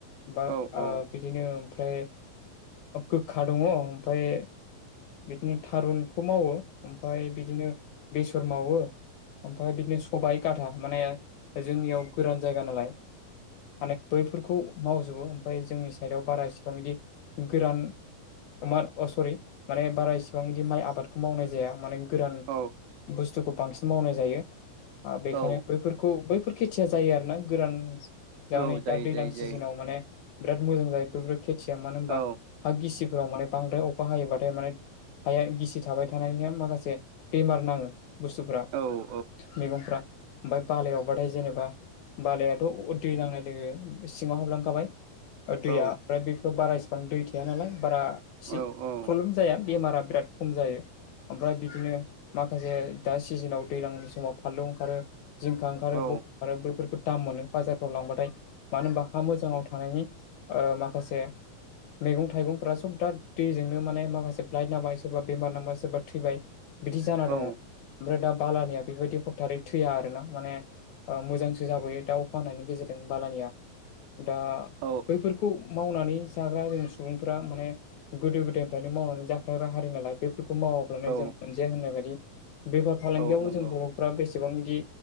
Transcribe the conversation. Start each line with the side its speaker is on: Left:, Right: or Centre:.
Left: बा
Right: औ औ
Left: ओ बिदिनो ओमफ्राय गोखा दङ ओमफ्राय बिदिनो थारुनखौ मावो ओमफ्राय बिदिनो बेसर मावो ओमफ्राय बिदिनो खबाइ गाथा माने जोंनियाव गोरान जायगा नालाय माने बैफोरखौ मावजोबो ओमाय जोंनि साइडआव बारा इसेबां बिदि गोरान बाद सरि माने बारा इसिबां बिदि माइ आबादखौ मावनाय जाया माने गोरान
Right: औ
Left: बुस थुखौ बांसिन मावनाय जायो बेखायनो
Right: औ
Left: बैफोरखौ बैफोर खेथिया जायो आरो ना गोरान जोंहा
Right: औ
Left: नै
Right: जायो
Left: दा दैलां
Right: जायो
Left: सिजोनाव
Right: जायो
Left: माने बिराद मोजां जायो बेफोर बादि खेथिया मानो होनबा
Right: औ
Left: हा गिसिफोराव माने बांद्राय अखा हायोबाथाय माने हाया गिसि थाबाय थानायनि माखासे बेमार नाङो। बुस्थुफ्रा
Right: औ औ
Left: मैगंफ्रा ओमफाय बालायावबाथाय जेनेबा बालाया अ दै नांनाय लोगो-लोगो सिङाव हाबलांखाबाय ओ दैया
Right: औ
Left: फ्रा बेफोराव बाराय गोबां दै थाया नालाय बारा एसे
Right: औ
Left: प्रब्लेम जाया बेमारा बिराद खम जायो। ओमफ्राय बिदिनो माखासे दा सिजोनाव दैज्लांनि समाव फानलु ओंखारो। जिंखा ओंखारो
Right: औ
Left: ब ओंखारो बैफोरखौ दाम मोनो बाजारफ्राव लांबाथाय। मानो होमबा हा मोजाङाव थानायनि ओ माखासे मैगं-थाइगंफ्रा सब दा दैजोंनो माने माखासे फ्लाइट नांबाय सोरबा बेमार नांबाय सोरबा थैबाय बिदि जाना
Right: औ
Left: दङ'। ओमफ्राय दा बालानिया बेबायदि हथ्थारै थैया आर ना माने ओ मोजां। जाबोयो दाउ फाहामनायनि गेजेरजों बालानिया दा
Right: औ
Left: बैफोरखौ मावनानै जाग्रा जोंनि सुबुंफोरा माने गोदो गोदायनिफ्रायनो मावनानै जाखाग्रा हारि नालाय बेफोरखौ मावा माने
Right: औ
Left: जों मोनजाया होननाय बायदि बेफार फालांगियावबो
Right: औ नंगौ
Left: जों बर' फोरा बेसेबां बिदि